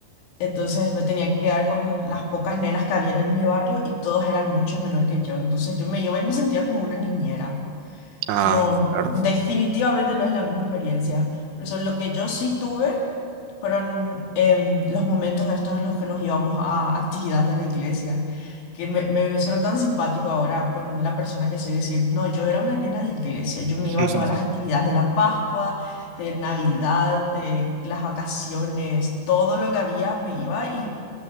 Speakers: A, on the left (about 85°); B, on the right (about 75°).
A: Entonces me tenía que quedar con las pocas nenas que habían en mi barrio y todas eran mucho menor que yo. Entonces yo me iba y me sentía como una niñera.
B: Ah,
A: No,
B: claro.
A: definitivamente no es la misma experiencia. Por eso lo que yo sí tuve fueron em, los momentos estos en los que nos íbamos a actividades de la iglesia, que me, me, me suena tan simpático ahora con la persona que soy decir, no, yo era una nena de iglesia, yo me
B: <laughs>
A: iba a todas las actividades de la Pascua, de Navidad, de las vacaciones, todo lo que había me iba y